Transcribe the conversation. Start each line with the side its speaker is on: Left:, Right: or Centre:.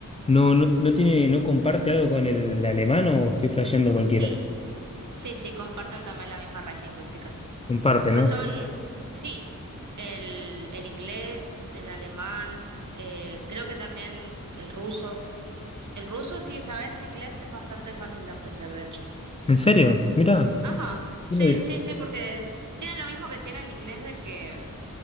Left: no, no, no tiene, no comparte algo con el alemán o estoy flasheando cualquiera.
Right: Sí, sí, sí, comparten también la misma raíz lingüística.
Left: Comparte,
Right: Pues
Left: ¿no?
Right: son, sí, el, el inglés, el alemán, eh, creo que también el ruso. El ruso, si sabes inglés, es bastante fácil de aprender, de hecho.
Left: ¿En serio? Mirá.
Right: Ajá,
Left: yo
Right: sí,
Left: no di-
Right: sí, sí, porque tienen lo mismo que tiene el inglés de que